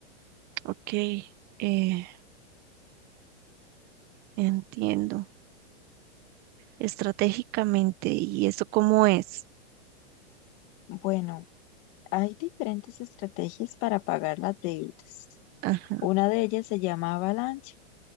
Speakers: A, on the right (about 30°); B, on the left (about 40°).
A: ok, eh, entiendo. estratégicamente. ¿Y eso cómo es?
B: Bueno, hay diferentes estrategias para pagar las deudas.
A: Ah,
B: Una de ellas se llama avalancha